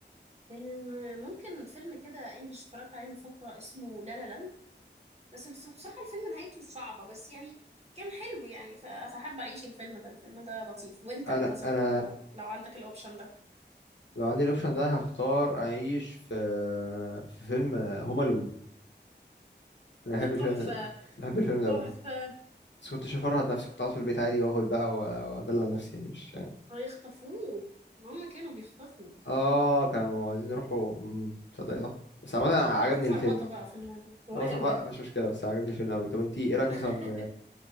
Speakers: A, on the right; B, on the left.
A: فيلم ممكن فيلم كده انجلش اتفرجت عليه من فتره اسمه لا لا لاند بس بس بصراحه الفيلم نهايته صعبه بس يعني كان حلو يعني ف- فحابه اعيش الفيلم ده الفيلم ده لطيف وانت
B: انا
A: مثلا
B: انا
A: لو لو عندك الاوبشن ده
B: لو عندي الاوبشن ده هختار اعيش في في فيلم هوم الون انا بحب
A: <laughs>
B: الفيلم
A: تحفه
B: ده بحب الفيلم ده قوي
A: تحفه
B: بس كنتش هفرهد نفسي كنت قاعد في البيت عادي واكل بقى و- وادلع نفسي يعني مش
A: هيخطفوه هما كانوا بيخطفوا
B: اه كانوا عايزين يروحوا امم تصدقي صح بس عامة عجبني
A: ففي فرهضه
B: الفيلم
A: بقى في الموضوع هو
B: خلاص
A: حلو
B: صفاء
A: جدا
B: مش مشكلة بس عجبني الفيلم قوي طب انتي ايه رأيك
A: <laughs>
B: مثلا